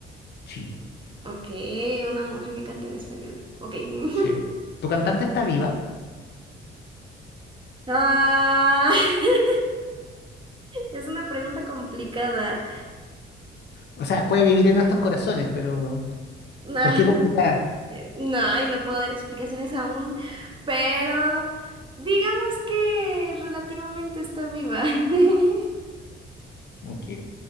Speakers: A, on the left; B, on the right.
A: Sí,
B: Ok, una mujer que canta en español. Ok. <laughs>
A: sí. Tu cantante está viva.
B: Ah, <laughs> es una pregunta complicada.
A: O sea, puede vivir en nuestros corazones, pero
B: Ah,
A: ¿por qué complicada?
B: eh, No, ay, no puedo dar explicaciones aún, pero digamos que relativamente está viva. <laughs>
A: Ok.